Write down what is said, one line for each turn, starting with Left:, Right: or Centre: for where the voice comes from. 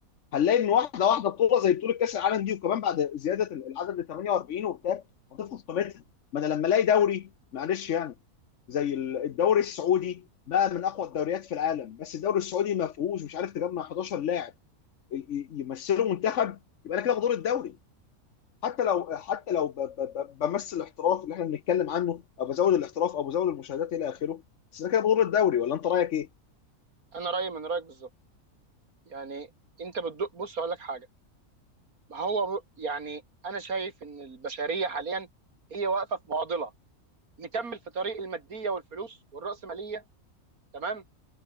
Left: هنلاقي ان واحده واحده بطوله زي بطوله كاس العالم دي وكمان بعد زياده العدد ل 48 وبتاع هتفقد قيمتها ما انا لما الاقي دوري معلش يعني زي الدوري السعودي بقى من اقوى الدوريات في العالم بس الدوري السعودي ما فيهوش مش عارف تجمع 11 لاعب ي- ي- يمثلوا منتخب يبقى انا كده بدور الدوري حتى لو حتى لو ب- ب- ب- بمثل الاحتراف اللي احنا بنتكلم عنه او بزود الاحتراف او بزود المشاهدات الى اخره بس انا كده بدور الدوري ولا انت رايك ايه؟
Right: انا رايي من رايك بالظبط يعني انت بتدق بص اقول لك حاجه ما هو ب- يعني انا شايف ان البشريه حاليا هي واقفه في معضله نكمل في طريق الماديه والفلوس والراسماليه تمام